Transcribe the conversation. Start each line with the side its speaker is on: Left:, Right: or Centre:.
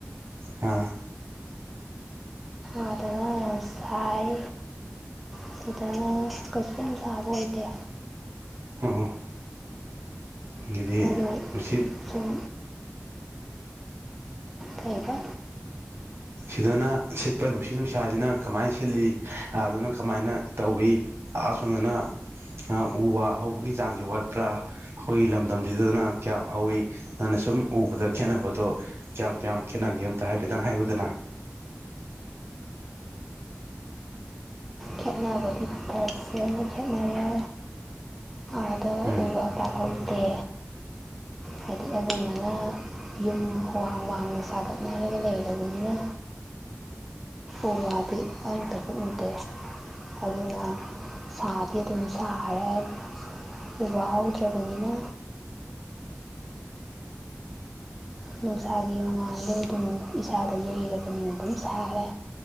Right: ꯍꯥꯥ
Centre: ꯑꯥꯗꯅ ꯌꯥꯝ ꯁꯥꯏ ꯑꯗꯨꯗꯅ ꯀꯩꯁꯨ ꯌꯥꯝ ꯁꯥꯕ ꯑꯣꯏꯗꯦ
Right: ꯑꯣ ꯑꯗꯒꯤꯗꯤ
Centre: ꯑꯗꯨ
Right: ꯅꯨꯡꯁꯤꯠ
Centre: ꯁꯨꯝ ꯀꯩꯗ
Right: ꯁꯤꯗꯅ ꯁꯤꯠꯄ ꯅꯨꯡꯁꯤꯠ ꯅꯨꯡꯁꯥꯁꯤꯅ ꯀꯃꯥꯏꯅ ꯁꯤꯠꯂꯤ ꯑꯥꯗꯨꯅ ꯀꯃꯥꯏꯅ ꯇꯧꯏ ꯑꯁꯣꯝꯗꯅ ꯎ ꯋꯥ ꯍꯧꯕꯒꯤ ꯆꯥꯡꯁꯤ ꯋꯥꯠꯄ꯭ꯔꯥ ꯑꯩꯈꯣꯏꯒꯤ ꯂꯝꯗꯝꯁꯤꯗꯗꯅ ꯀꯌꯥꯝ ꯍꯧꯋꯤ ꯅꯪꯅ ꯁꯨꯝ ꯎꯕꯗ ꯈꯦꯠꯅꯕꯗꯣ ꯀꯌꯥꯝ ꯀꯌꯥꯝ ꯈꯦꯠꯅꯒꯦ ꯑꯃꯝꯇ ꯍꯥꯏꯐꯦꯠꯇꯪ ꯍꯥꯏꯕꯗꯅ
Centre: ꯈꯦꯅꯕꯗꯤ ꯇꯁꯦ ꯈꯦꯅꯔ ꯑꯗ
Right: ꯎꯝ
Centre: ꯎ ꯄ ꯐꯠꯇꯦ ꯍꯥꯏꯗꯤ ꯑꯅꯃꯅ ꯌꯨꯝ ꯍꯍꯡ ꯋꯥꯍꯥꯡꯅ ꯁꯥꯒꯠꯅꯔꯒ ꯂꯩꯔꯕꯅꯤꯅ ꯎ ꯋꯥꯗꯤ ꯑꯝꯇ ꯎꯗꯦ ꯑꯗꯨꯅ ꯁꯥꯗꯤ ꯑꯗꯨꯝ ꯁꯥꯈꯔꯦ ꯎ ꯋꯥ ꯍꯧꯗ꯭ꯔꯕꯅꯤꯅ ꯅꯨꯡꯁꯥꯒꯤ ꯃꯉꯥꯜꯗꯣ ꯑꯗꯨꯝ ꯏꯁꯥꯗ ꯌꯩꯔꯕꯅꯤꯅ ꯑꯗꯨꯝ ꯁꯥꯔꯦ